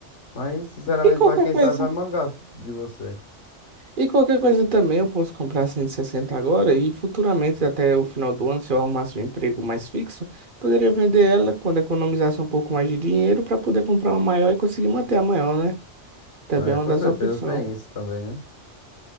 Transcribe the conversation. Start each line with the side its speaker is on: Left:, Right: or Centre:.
Left: Mas, sinceramente,
Right: E qualquer
Left: pra quem sabe,
Right: coisa,
Left: vai mangar de você.
Right: e qualquer coisa também eu posso comprar 160 agora e futuramente, até o final do ano, se eu arrumasse um emprego mais fixo, poderia vender ela quando economizasse um pouco mais de dinheiro para poder comprar uma maior e conseguir manter a maior, né? Também
Left: É,
Right: é uma
Left: com
Right: das
Left: certeza
Right: opções.
Left: tem isso também, né?